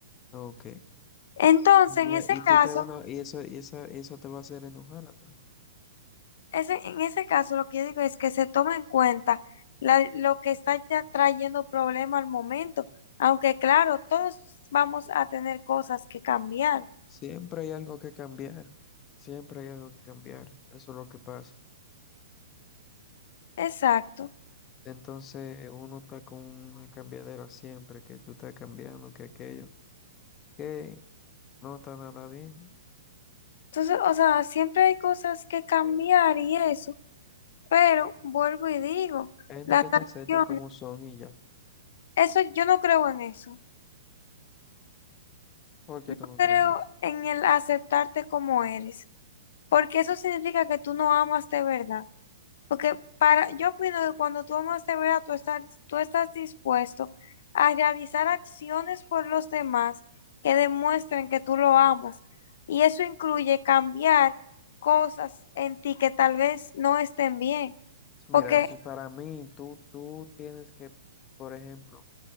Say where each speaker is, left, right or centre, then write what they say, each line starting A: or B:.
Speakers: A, on the left; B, on the left.
A: Ok.
B: Entonces,
A: Ya,
B: en ese
A: y tú
B: caso,
A: te van a- y eso, y eso, eso te va a hacer enojar a ti.
B: ese, en ese caso, lo que yo digo es que se toma en cuenta la- lo que está ya trayendo problema al momento, aunque claro, todos vamos a tener cosas que cambiar.
A: Siempre hay algo que cambiar. Siempre hay algo que cambiar. Eso es lo que pasa.
B: Exacto.
A: Entonces uno está con un cambiadero siempre, que tú estás cambiando, que aquello, que no está nada bien.
B: Entonces, o sea, siempre hay cosas que cambiar y eso, pero vuelvo y digo,
A: Hay gente
B: las
A: que te
B: acciones,
A: aceptan como son y ya.
B: eso yo no creo en eso.
A: ¿Por qué
B: No
A: tú no
B: creo
A: crees en eso?
B: en el aceptarte como eres, porque eso significa que tú no amas de verdad. Porque para, yo opino que cuando tú amas de verdad, tú estás, tú estás dispuesto a realizar acciones por los demás que demuestren que tú lo amas. Y eso incluye cambiar cosas en ti que tal vez no estén bien.
A: Mira,
B: Porque,
A: si para mí tú, tú tienes que, por ejemplo,